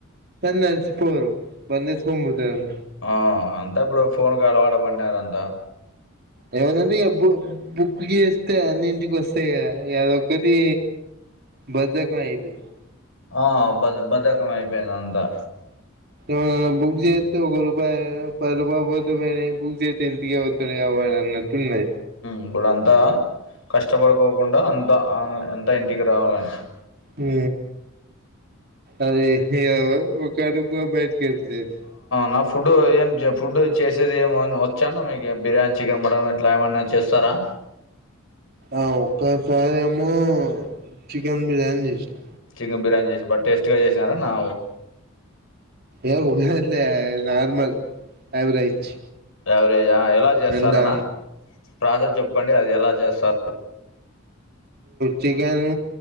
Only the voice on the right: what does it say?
కానీ నడిచి పోరు బండేసుకొని పోతారు
ఏమందంటడి ఎప్పుడు బుక్కి తే అన్నింటికి వస్తాయి కదా అదొక్కటి బద్దకం అయిపోయింది
ఏమ బుక్ చేస్తే ఒక రూపాయి పది రూపాయ పోతే పోయినా బుక్ చేస్తే ఇంటికే ఒత్తయి గదా అన్నట్టు తే
హ అది ఇగ ఒక్కడు గూడ బయట కెళ్తలేదు
ఆ ఒక్కసారేమో చికెన్ బిర్యానీ చేసినా
ఏ ఉన్నది లే నార్మల్ యావరేజ్
అంతా
చికెన్